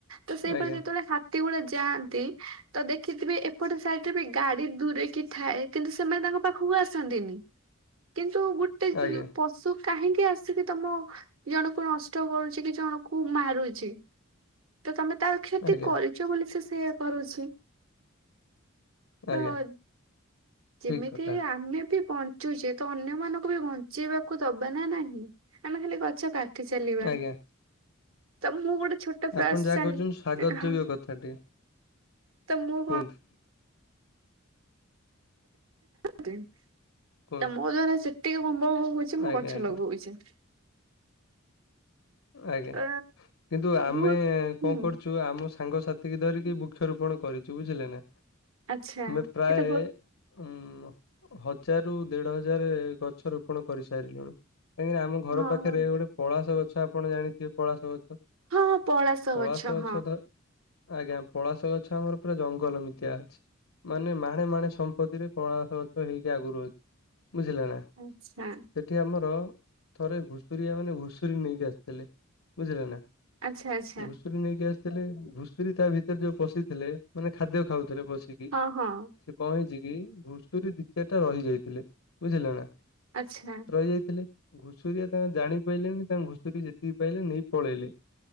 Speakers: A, on the right (about 80°); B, on the left (about 85°).
A: ତ ସେଇପଟେ
B: ଆଜ୍ଞା
A: ଯେତେବେଳେ ହାତୀ ଗୁଡେ ଯାଆନ୍ତି। ତ ଦେଖିଥିବି ଏପଟେ ସାଇଟ୍ରେ ବି ଗାଡି ଦୂରେଇକି ଥାଏ କିନ୍ତୁ ସେମାନେ ତାଙ୍କ ପାଖକୁ ଆସନ୍ତିନି। କିନ୍ତୁ ଗୋଟେ
B: ଆଜ୍ଞା
A: ପଶୁ କାହିଁକି ଆସିକି ତମ ଜଣକୁ ନଷ୍ଟ କରୁଛି। କି ଜଣ କୁ ମାରୁଛି ତ ତମେ ତାର କ୍ଷତି
B: ଆଜ୍ଞା
A: କରି ଚ ବୋଲି ସେ ସେୟା କରୁଛି। ତ
B: ଆଜ୍ଞା
A: ହ ଯେମିତି
B: ଠିକ କଥା
A: ଆମେ ବି ବଞ୍ଚୁଛେ ତ ଅନ୍ୟମାନଙ୍କୁ ବି ବଞ୍ଚେଇବାକୁ ଦବା ନା ନାହିଁ। ଆମେ ଖାଲି ଗଛ କାଟି ଚାଲିବା
B: ଆଜ୍ଞା
A: ତ ମୁଁ ଗୋଟେ ଛୋଟ
B: ଆପଣ
A: ପ୍ରାୟସ୍
B: ଯାହା
A: ଚାଲି
B: କହୁଛନ୍ତି ସ୍ଵାଗତ ଯୋଗ୍ୟ କଥାଟି
A: ତ ମୁଁ
B: କୁହନ୍ତୁ
A: କଂ ତ
B: କୁହନ୍ତୁ
A: ମୋ ଦ୍ଵାରା ସେତିକି ହୋମ୍ବ ହଉଛି ମୁଁ
B: ଆଜ୍ଞା
A: ଗଛ
B: ଆଜ୍ଞା
A: ଲଗଉଛି।
B: ଆଜ୍ଞା
A: ତ
B: କିନ୍ତୁ ଆମେ
A: ମୁଁ ହୁଁ
B: କଣ କରୁଛୁ ନ୍ତୁ ଆମ ସାଙ୍ଗସାଥି କି ଧରିକି ବୃକ୍ଷରୋପଣ କରିଛୁ ବୁଝିଲେ ନା।
A: ଆଚ୍ଛା
B: ନେ ପ୍ରାୟେ
A: ଏଇଟା ବହୁତ
B: ଉଁ ହଜାରୁ ଦେଢ ହଜାରେ ଗଛ ରୋପଣ କରିସାରିଲୁଣି। କାହିଁକିନା ଆମ ଘର
A: ହଁ
B: ପାଖେରେ
A: ହଁ
B: ଗୋଟେ ପଳାସ ଗଛ ଆପଣ ଜାଣିଥିବେ ପଳାସ ଗଛ?
A: ହଁ ହଁ ପଳାସ
B: ପଳାଶ ଗଛ
A: ହଁ
B: ତ ଆଜ୍ଞା ପଳାସ ଗଛ ଆମର ପୁରା ଜଙ୍ଗଲ ମିତିଆ ଅଛି। ମାନେ ମାଣେ ମାଣେ ସମ୍ପତ୍ତିରେ ପଳାସ ଗଛ ହେଇକି ଆଗୁରୁ ଅଛି ବୁଝିଲେ ନା
A: ଆଚ୍ଛା
B: ଏଠି ଆମର ଥରେ ଘୁଷୁରିଆ ମାନେ ଘୁଷୁରୀ ନେଇକି ଆସିଥିଲେ। ବୁଝିଲେନା
A: ଆଚ୍ଛା ଆଚ୍ଛା
B: ଘୁଷ୍ ରୀ ନେଇକି ଆସିଥିଲେ ଘୁଷୁରୀ ତା ଭିତରେ ଯୋଉ ପଶିଥିଲେ ମାନେ ଖାଦ୍ୟ ଖାଉଥିଲେ ପଶିକି କି
A: ହଁ ହଁ
B: ସେ କଣ ହେଇଛି କି ଘୁଷୁରୀ ଦି ଚାରିଟା ରହି ଯାଇଥିଲେ ବୁଝିଲେ ନା
A: ଆଛା।
B: ପାଇ ଯାଇଥିଲେ ଘୁଷୁରିଆ ତାଙ୍କ ଜାଣି ପାଇଲେନି ତାଙ୍କ ଘୁଷୁରୀ ଯେତିକି ପାଇଲେ ନେଇ ପଳେଇଲେ।